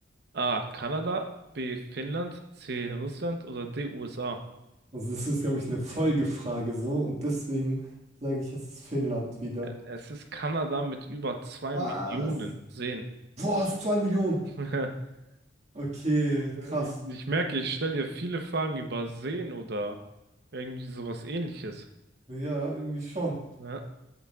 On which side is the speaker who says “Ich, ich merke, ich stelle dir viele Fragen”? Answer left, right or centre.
Right